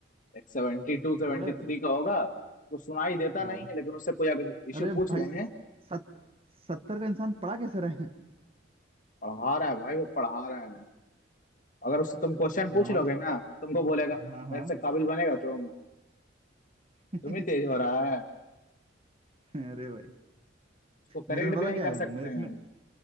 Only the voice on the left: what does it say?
एक सेवेंटी टू सेवेंटी
थ्री
का होगा तो सुनाई देता
नहीं है लेकिन उससे कोई अगर इश्यू
पूछ
लेंगे
पढ़ा रहा है भाई वो पढ़ा रहा है अगर उससे तुम क्वेश्चन
पूछ लोगे
ना तुमको बोलेगा
मेरे से काबिल बनेगा तुम
तुम ही तेज हो रहा है
उसको करेक्ट
भी
नहीं
कर
सकते
हैं